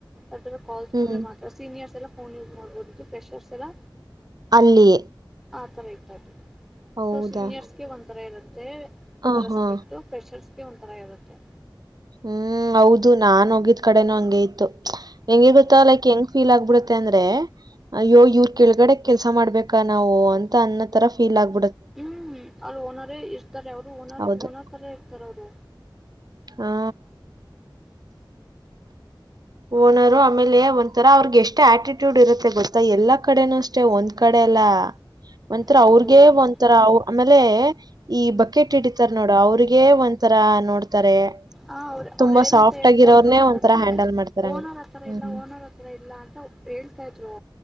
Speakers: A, in the centre; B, on the right.
A: ಅಂದ್ರೆರ ಕಾಲ್ಸ್ಕಂದ್ರೆ
B: ಹ್ಮ್
A: ಮಾತ್ರ ಸೀನಿಯರ್ಸ್ ಎಲ್ಲ ಫೋನ್ ಯೂಸ್ ಮಾಡ್ಬೋದುದು ಪ್ರೆಷರ್ಸ್ ಎಲ್ಲ
B: ಅಲ್ಲಿ
A: ಆ ತರ ತಲಿ
B: ಹೌದಾ
A: ಸೊ ಸೀನಿಯರ್ಸ್ಗೆ ಒಂಥರ ಇರುತ್ತೆ
B: ಹ
A: ರೆಸ್ಪೆಕ್ಟ್
B: ಹಾ
A: ಪ್ರೆಷರ್ಸ್ ಬಿ ಒಂಥರ ಇರುತ್ತೆ
B: ಹೂ ಹೌದು ನಾನ್ ಹೋಗಿದ್ ಕಡೆನೂ ಹಂಗ ಇತ್ತು
A: ಹ್ಮ್
B: ಹೆಂಗಿ ಗೊತ್ತಾ ಲೈಕ್ ಹೆಂಗ್ ಫೀಲ್ ಆಗ್ಬಿಡುತ್ತ ಅಂದ್ರೆಯ್ಯೋ ಇವ್ರ ಕೆಳಗಡೆ ಕೆಲ್ಸ ಮಾಡ್ಬೇಕಾ ನಾವು ಅಂತ ಅನ್ನ ತರ ಫೀಲ್ ಆಗ್
A: ಹೂ ಅವ್ರು ಓನರೇ ಇರ್ತಾರೆ ಅವ್ರು ಓನರ
B: ಹೌದು
A: ಓನರ್ ತರ ಇರ್ತಾರ ಅವ್ರು
B: ಹಾ ಓನರ ಆಮೇಲೆ ಒಂಥರ ಅವ್ರಗೆ ಎಷ್ಟು ಆಟಿಟ್ಯೂಡ್ ಇರುತ್ತೆ ಗೊತ್ತಾ ಎಲ್ಲಾ ಕಡೆನೂ ಅಷ್ಟೆ ಒಂದ್ ಕಡೆ ಎಲ್ಲ ಒಂಥರ
A: ಹೌದು
B: ಅವ್ರಗ
A: ಹೌದು
B: ಒಂಥರ ಆಮೇಲೆ ಈ ಬಕೆಟ್ ಇಡಿತಾರ ನೋಡು ಅವ್ರಿಗೆ ಒ ಒ ತರ ನೋಡ್ತಾರೆ
A: ಹ ಅವ್ರ ಅವ್ರ
B: ತುಂಬಾ
A: ಏನಂತ
B: ಸಾಫ್ಟ್
A: ಹೇಳ್ತಾ
B: ಆಗಿರೋರ್ನ್ನೇ
A: ಇದ್ರು ಅಂತಂದ್ರೆ
B: ಒಥರ ಹ್ಯಾಂಡಲ್ ಮಾಡ್ತಾರೆ
A: ಓನರ್
B: ಹಂಗ
A: ಹತ್ರರ
B: ಹ್ಮ್
A: ಇಲ್ಲ ಓನರ್ ಹತ್ರರ ಇಲ್ಲ ಅಂತ ಹೇಳ್ತಾ ಇದ್ರು